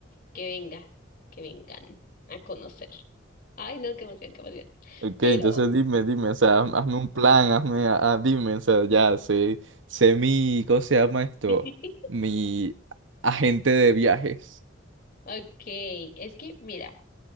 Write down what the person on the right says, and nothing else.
Ok,
entonces dime, dime, o sea, ha- hazme un plan, hazme, ah, dime, o sea, ya sé, sé mi, ¿cómo se llama esto?
Mi agente de viajes.